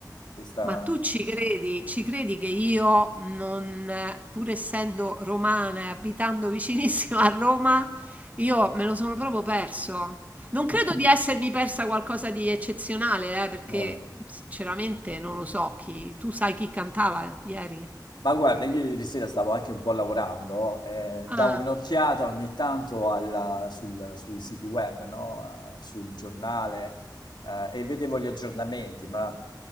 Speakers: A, on the left (about 85°); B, on the right (about 20°).
A: Questa...
B: Ma tu ci credi? Ci credi che io non, eh, pur essendo romana e abitando vicinissimo a Roma, io me lo sono proprio perso. Non credo di essermi persa qualcosa di eccezionale, eh, perché
A: boh,
B: sinceramente non lo so chi. Tu sai chi cantava ieri?
A: Ma guarda, io ieri sera stavo anche un po' lavorando, eh, davo
B: Ah,
A: un'occhiata ogni tanto alla- sul- sui siti web, no? Eh, sul giornale, eh, e vedevo gli aggiornamenti, ma